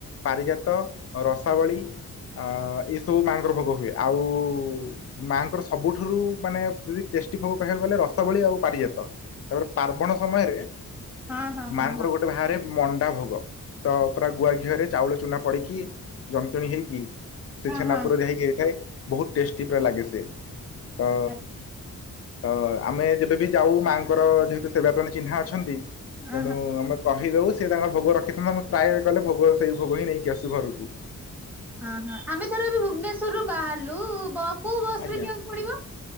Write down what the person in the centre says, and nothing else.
ହଁ ହଁ
ହଁ ହଁ।
ହଁ
ହଁ
ଆ
ଅ ହଁ।
ହଁ ହଁ ଆମେ ଥରେ ଭୁବନେଶ୍ୱରରୁ ବାହାରିଲୁ ବସ କୋଉ
ରେ ଯିବାକୁ ପଡିବ?